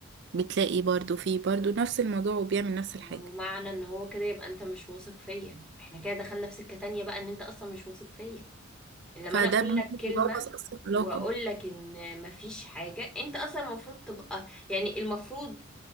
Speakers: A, on the right (about 60°); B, in the centre.
A: بتلاقي برضو فيه برضو نفس الموضوع وبيعمل نفس
B: ما
A: الحاجة
B: هو معنى ان هو كده يبقى انت مش واثق فيا احنا كده دخلنا في سكة تانية بقى ان انت اصلا مش واثق فيا لما
A: فده
B: انا اقول لك كلمة
A: بيبوظ اصلا العلاقة
B: واقول لك ان مفيش حاجة انت اصلا المفروض تبقى يعني المفروض